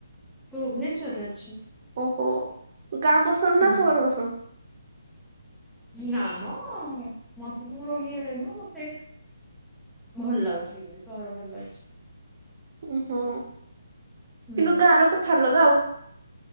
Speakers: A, in the centre; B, on the right.
A: ଭୁବନେଶ୍ଵରରେ ଅଛି।
B: ଓହୋ ଗାଁ ପସନ୍ଦ
A: ହୁଁ।
B: ନା ସହର ପସନ୍ଦ?
A: ନାଁ ମ ମତେ ମୁଁ ରହିଗଲିଣିନା ମତେ ଭଲ ଲାଗୁଛି ସହର ଭଲ ଲାଗୁଛି।
B: ଓହୋ
A: ହୁଁ
B: କିନ୍ତୁ ଗାଁ ର କଥା ଅଲଗା ଆଉ।